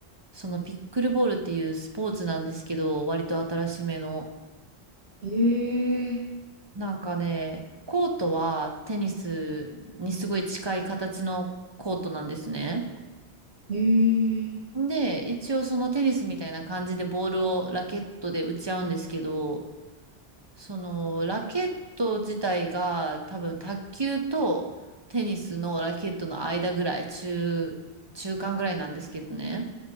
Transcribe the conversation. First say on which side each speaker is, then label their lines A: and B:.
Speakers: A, on the right (about 30°); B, on the right (about 90°).
A: そのピックルボールっていうスポーツなんですけど、割と新しめの。
B: ええ、
A: なんかね、コートはテニスにすごい近い形のコートなんですね。
B: ええ、
A: で、一応そのテニスみたいな感じでボールをラケットで打ち合うんですけど、そのラケット自体が多分卓球とテニスのラケットの間ぐらい、中、中間ぐらいなんですけどね。